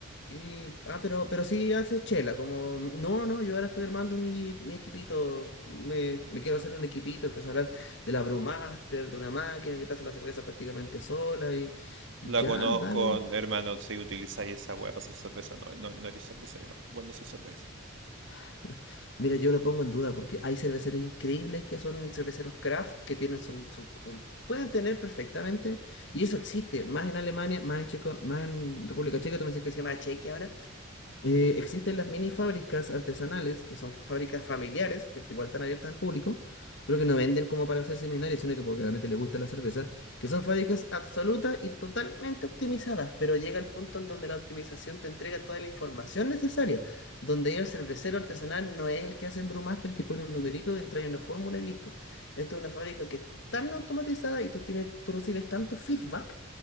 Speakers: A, on the left (about 60°); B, on the right (about 60°).
A: y, ah, pero, pero sí haces chela, como, no, no, yo ahora estoy armando mi, mi equipito, me, me quiero hacer un equipito, empezó a hablar de la Brewmaster, de una máquina que te hace la cerveza prácticamente sola y ya,
B: La conozco,
A: dale.
B: hermano, si utilizáis esa weá para hacer cerveza, no, no, no eres cervecero. Vos no sois cerveza.
A: <laughs> Mira, yo lo pongo en duda porque hay cerveceros increíbles que son cerveceros craft, que tienen su, su- un- pueden tener perfectamente, y eso existe, más en Alemania, más en Checo, más en República Checa, tú me dices que se llama Chequia ahora. Eh, existen las mini fábricas artesanales, que son fábricas familiares, que igual están abiertas al público, pero que no venden como para hacer seminarios, sino que porque realmente les gusta la cerveza, que son fábricas absolutas y totalmente optimizadas, pero llega el punto en donde la optimización te entrega toda la información necesaria, donde ya el cervecero artesanal no es el que hace en Brewmaster, que pone un numerito, entra en una fórmula y listo. Esto es una fábrica que es tan automatizada y tú tienes, tú recibes tanto feedback